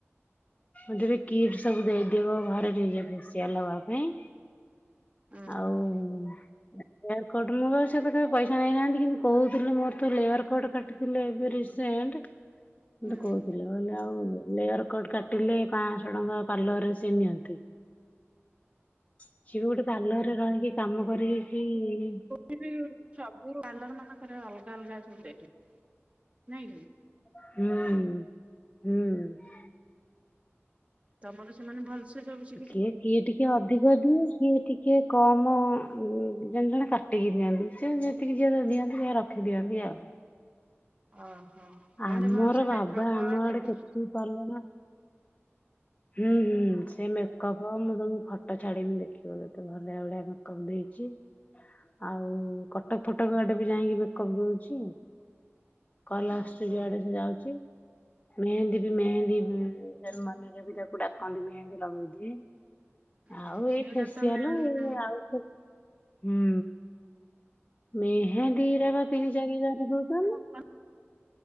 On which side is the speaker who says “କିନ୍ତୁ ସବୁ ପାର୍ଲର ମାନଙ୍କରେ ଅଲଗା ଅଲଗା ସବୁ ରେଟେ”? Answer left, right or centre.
Right